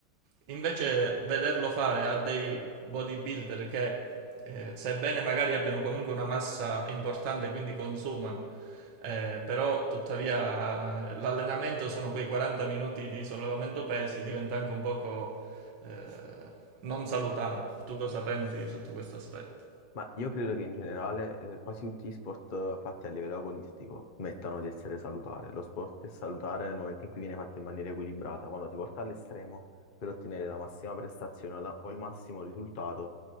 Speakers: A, on the right; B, on the left.
A: Invece vederlo fare a dei bodybuilder che, eh, sebbene magari abbiano comunque una massa importante, quindi consumano, eh, però tuttavia eh, l'allenamento sono quei 40 minuti di sollevamento pesi, diventa anche un poco eh, non salutare. Tu cosa pensi sotto questo aspetto?
B: Ma io credo che in generale eh, quasi tutti gli sport eh, fatti a livello agonistico smettano di essere salutare. Lo sport è salutare nel momento in cui viene fatto in maniera equilibrata, quando ti porta all'estremo per ottenere la massima prestazione o la- o il massimo risultato,